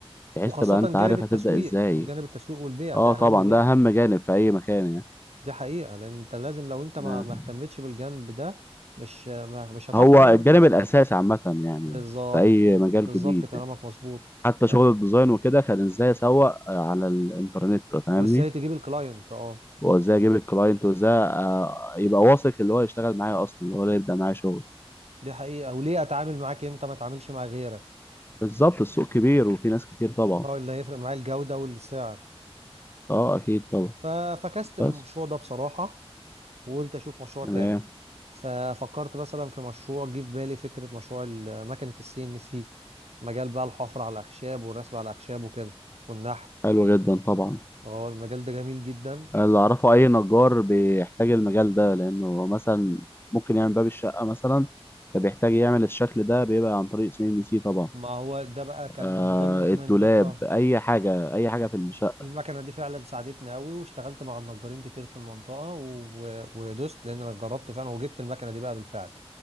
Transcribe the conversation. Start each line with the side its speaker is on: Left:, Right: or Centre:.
Left: بحيث
Right: وخاصة
Left: تبقى أنت
Right: جانب
Left: عارف
Right: التسويق
Left: هتبدأ إزاي
Right: جانب التسويق والبيع ده
Left: أه
Right: أهم
Left: طبعا
Right: جانب
Left: ده أهم جانب في أي مكان يعني
Right: دي حقيقة لأن أنت لازم لو أنت
Left: تمام
Right: ما ما اهتمتش بالجانب ده مش ما مش هتعرف
Left: هو
Right: تبيع
Left: الجانب
Right: المنتج بتاعك
Left: الأساسي عامة يعني
Right: بالظبط
Left: في أي مجال
Right: بالظبط
Left: جديد
Right: كلامك
Left: يعني.
Right: مظبوط
Left: حتى
Right: كلام.
Left: شغل الديزاين وكده كان ازاي اسوق على الانترنت فاهمني
Right: وإزاي تجيب الكلاينت أه
Left: وازاي اجيب الكلاينت وازاي آه، يبقى واثق اللي هو يشتغل معايا اصلا هو اللي يبدا معايا شغل
Right: دي حقيقة وليه أتعامل معاك أنت ما تعاملش مع غيرك
Left: بالظبط السوق كبير وفي ناس كتير طبعا
Right: اه اللي هيفرق معايا الجودة والسعر
Left: اه اكيد طبعا
Right: ففكست للمشروع
Left: بس
Right: ده بصراحة وقلت أشوف مشروع
Left: تمام
Right: تاني ففكرت مثلا في مشروع جه في بالي فكرة مشروع ال- مكنة السي ان سي مجال بقى الحفر على الأخشاب والرسم على الأخشاب وكده والنحت
Left: حلو جدا طبعا
Right: اه المجال ده جميل جدا
Left: اللي اعرفه اي نجار بيحتاج المجال ده لانه مثلا ممكن يعمل باب الشقه مثلا فبيحتاج يعمل الشكل ده بيبقى عن طريق سي ان سي طبعا
Right: ما هو ده بقى كان
Left: آه
Right: من ضمن
Left: الدولاب
Right: من ضمن اه
Left: اي حاجه اي حاجه في الشقه
Right: المكنة دي فعلا ساعدتني قوي واشتغلت مع النجارين كتير في المنطقة و... ودوست لأن أنا جربت فعلا وجبت المكنة دي بقى بالفعل